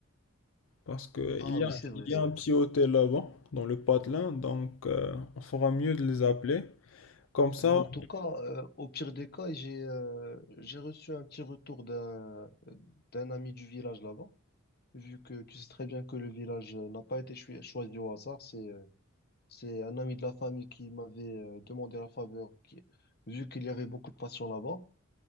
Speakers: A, on the left (about 70°); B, on the left (about 50°).
A: Parce qu'il
B: Ah
A: y
B: oui,
A: a,
B: c'est vrai
A: il y
B: ça.
A: a un petit hôtel là-bas, dans le patelin, donc euh, on fera mieux de les appeler. Comme ça,
B: Bah, en tout cas, euh, au pire des cas, j'ai euh, j'ai reçu un petit retour d'un d'un ami du village là-bas, vu que tu sais très bien que le village euh, n'a pas été choi- choisi au hasard, c'est euh, C'est un ami de la famille qui m'avait euh, demandé la faveur, qui- vu qu'il y avait beaucoup de patients là-bas.